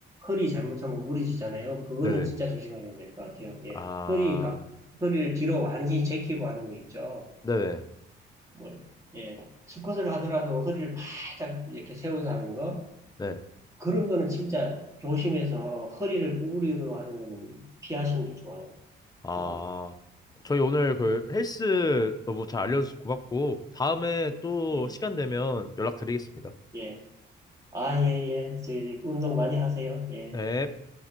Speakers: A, on the right; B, on the left.
A: 허리 잘못하면 무리지잖아요. 그거는
B: 네네.
A: 진짜 조심해야 될 것 같아요. 예,
B: 아,
A: 허리 각 허리를 뒤로 완전히 제키고 하는 거 있죠.
B: 네네.
A: 뭘 예, 스쿼트를 하더라도 허리를 바짝 이렇게 세워서 하는 거
B: 네.
A: 그런 거는 진짜 조심해서 허리를 구부리고 하는 거는 피하시는 게 좋아요.
B: 아,
A: 정말
B: 저희 오늘 그 헬스 너무 잘 알려줘서 고맙고 다음에 또
A: 예,
B: 시간 되면 연락드리겠습니다.
A: 예. 아, 예, 예. 저, 운동 많이 하세요. 예.
B: 네.